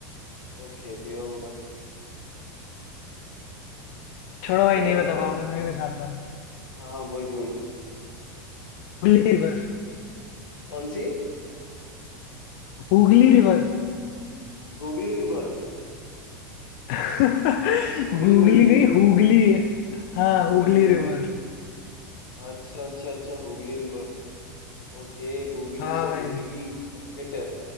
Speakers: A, on the left (about 75°); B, on the left (about 50°).
A: okay pure
B: छोड़ो भाई
A: नहीं
B: नहीं
A: पता
B: बता
A: भाई
B: पाओगे मैं ही बताता हूँ
A: हाँ हाँ वही वही
B: Hooghly river
A: कौन सी
B: Hooghly river
A: गोगली रिवर
B: <laughs>
A: होगली
B: Googly
A: होगली
B: नहीं हुगली है हाँ
A: होगली
B: हुगली
A: होगली
B: रिवर
A: अच्छा अच्छा अच्छा होगली रिवर ओके गोगली
B: हाँ
A: से
B: भाई
A: होगली क्रिकेट